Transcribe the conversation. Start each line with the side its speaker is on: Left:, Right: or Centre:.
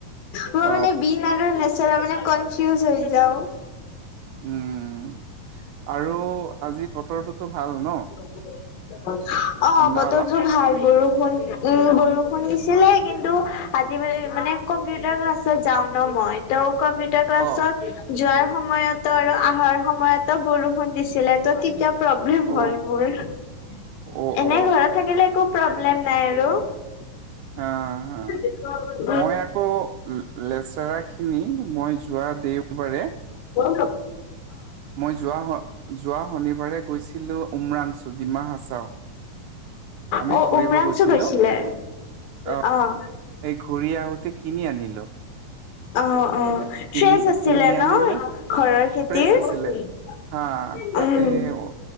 Left: মই
Right: অ
Left: মানে বিন আৰু লেচে <unintelligible> লেচেৰা মানে কনফিউজ হৈ যাওঁ। <inaudible>
Right: উম! আৰু আজি বতৰটোতো ভাল ন? <inaudible>
Left: <unintelligible> অঁ!
Right: ঠাণ্ডা
Left: বতৰটো
Right: অলপ
Left: ভাল। বৰষুণ উম! বৰষুণ দিছিলে কিন্তু আজি <unintelligible> মানে কম্পিউটাৰ ক্লাছত যাওঁ ন মই। ত কম্পি <unintelligible> কম্পিউটাৰ ক্লাছত
Right: অ
Left: যোৱাৰ সময়তো আৰু অহাৰ সময়তো বৰষুণ দিছিলে ত তেতিয়া <unintelligible> প্ৰব্লেম
Right: অ
Left: হল মোৰ। এনেই
Right: অ অ
Left: ঘৰত থাকিলে একো প্ৰব্লেম নাই আৰু। <unintelligible>
Right: অ‍ঁ, হা। <unintelligible>
Left: অ <unintelligible>
Right: মই আকৌ লেচেৰাখিনি মই যোৱা দেওবাৰে <unintelligible>
Left: <unintelligible> অ‍ঁ
Right: মই যোৱা যোৱা শনিবাৰে গৈছিলো উমৰাংচু ডিমা হাচাও আমি
Left: <unintelligible> অ!
Right: ফুৰিব
Left: উমৰাংচো
Right: গৈছিলো
Left: গৈছিলে?
Right: অ
Left: আহ <unintelligible>
Right: এই ঘূৰি আহোঁতে কিনি আনিলো। <inaudible>
Left: অ-অ।
Right: কিনি
Left: ফ্ৰেচ আছিলে
Right: কিনি
Left: ন
Right: আনিলো
Left: ঘৰৰ খেতিৰ?
Right: ফ্ৰেছ
Left: <unintelligible>
Right: আছিলে হা তাতে
Left: উম,
Right: অ